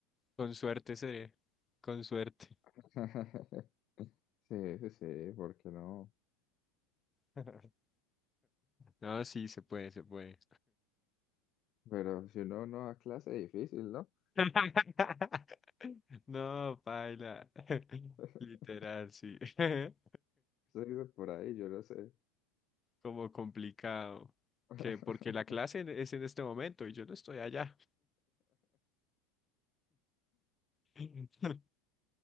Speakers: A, on the left; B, on the left.
A: Con suerte seré. Con suerte.
B: <laughs> Sí, sí, sí, ¿por qué no?
A: <laughs> No, sí, se puede, se puede.
B: Pero si uno no da clase, difícil, ¿no?
A: <laughs> No, paila. <laughs>
B: <laughs>
A: Literal, sí. <laughs>
B: Se dice por ahí, yo no sé.
A: Como complicado.
B: <laughs>
A: Que porque la clase
B: Ay,
A: en- es en este momento y yo no estoy allá. <laughs>